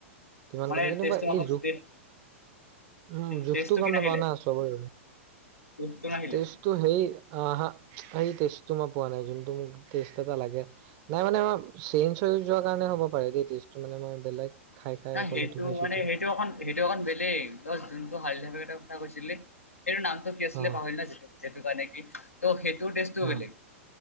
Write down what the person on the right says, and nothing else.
কিমান
কণে কিন্তু
বা এই
জোখ
উম জোখটো
গম
নাপাওঁ না চবৰে।
টেষ্টটো সেই আহা, সেই টেষ্টটো মই পোৱা নাই যোনটো মোক টেষ্ট এটা লাগে। নাই মানে মই চেঞ্জ হৈ যোৱা কাৰণে হ'ব পাৰে দেই, টেষ্টটো মানে মই বেলেগ খাই খাই
অকল
খাইছোতো
অ
অ